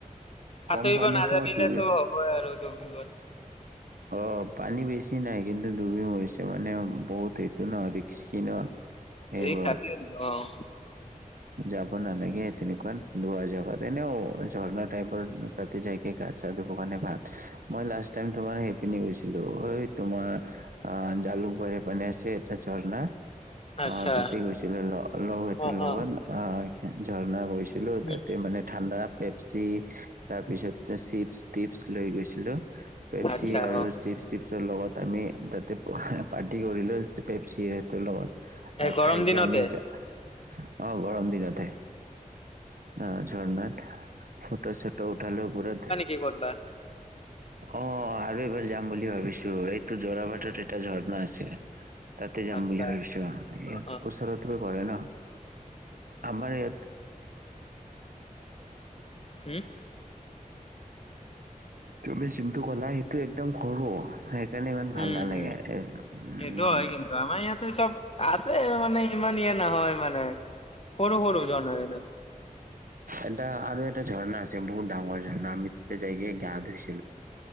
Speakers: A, on the left (about 45°); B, on the right (about 85°).
A: সাঁতুৰিব
B: কম পানীতো
A: নাজানিলেতো
B: ডুবি
A: হ'ব আৰু ডুবিবৈ।
B: অ', পানী বেছি নাই, কিন্তু ডুবি মৰিছে মানে বহুতে হিট। তো ন ৰিস্কি ন সেইবোৰত।
A: ৰিক্স থাকে অ'।
B: যাব নালাগে তেনেকুৱাতে দুৰ জেগাত, এনেও ঝৰ্ণা টাইপৰ তাতে যাইকে গা চা ধুব কাৰনে ভাল। মই লাষ্ট টাইম তোমাৰ সেইপিনি গৈছিলো, এই তোমাৰ অ', জালুকবাৰী পিনে আছে এটা ঝৰ্না।
A: আচ্ছা
B: অ', তাতে গৈছিলো লগ-লগৰ কেইতাৰ
A: অ
B: লগত
A: অ
B: হ' ঝৰ্ণা গৈছিলো।
A: উম,
B: তাতে মানে ঠাণ্ডা পেপচি তাৰপিছত চিপছ টিপছ লৈ গৈছিলো। পেপচি
A: আচ্ছা
B: আৰু
A: অ
B: চিপছ টিপছৰ লগত আমি তাতে পাৰ্টি কৰিলো পেপচিটোৰ লগত
A: এই
B: আৰু
A: গৰম
B: খাইকে
A: দিনতে
B: আমি অ' গৰম দিনতে অ' ঝৰ্ণাত। ফটো ছটো উঠালো ওপৰত।
A: ই ক'ত বা?
B: অ' আৰু এবাৰ যাম বুলি ভাবিছো, এইটো জৰা বাটত এটা ঝৰ্ণা আছে? তাতে যাম
A: আচ্ছা
B: বুলি ভাবিছো,
A: অ অ
B: ওচৰত তে পৰে ন, আমাৰ ইয়াত
A: হুম?
B: তুমি যোনটো ক'লা সেইটো একদম সৰু। সেইকাৰণে ইমান ভাল
A: উম
B: নালাগে।
A: উম সেইটো
B: উম
A: হয় কিন্তু আমাৰ ইয়াতে চব আছে মানে ইমান ইয়ে নহয় মানে, সৰু সৰু ঝৰ্ণা।
B: এটা আৰু এটা ঝৰ্ণা আছে বহুত ডাঙৰ ঝৰ্ণা আমি জাইগে গা ধুইছিলো।